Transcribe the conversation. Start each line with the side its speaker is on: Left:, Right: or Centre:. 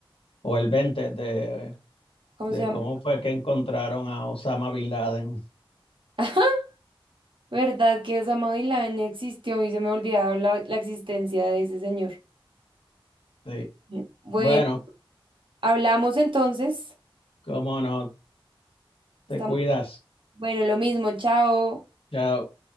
Left: o el 20 de
Right: ¿Cómo
Left: de
Right: se llama?
Left: cómo fue que encontraron a Osama Bin Laden.
Right: <laughs> ¿Verdad que Osama Bin Laden existió y se me olvidaba la, la existencia de ese señor?
Left: Sí.
Right: Bien. Bueno,
Left: Bueno,
Right: hablamos entonces.
Left: cómo no, te
Right: Estamos...
Left: cuidas.
Right: Bueno, lo mismo, chao.
Left: Chao.